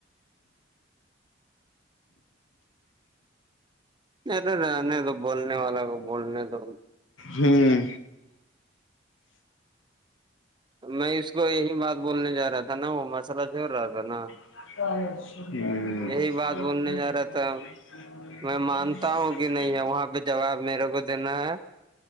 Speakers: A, on the right; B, on the left.
A: ارے رہنے تو بولنے والا کو بولنے تو
B: ہاں
A: میں اس کو یہی بات بولنے جا رہا تھا نا وہ مسئلہ چھڑ رہا تھا نا
B: ہاں
A: یہی
B: ہوں
A: بات بولنے جا رہا تھا
B: <unintelligible>
A: میں مانتا ہوں کہ نہیں وہاں پہ جواب میرے کو دینا ہے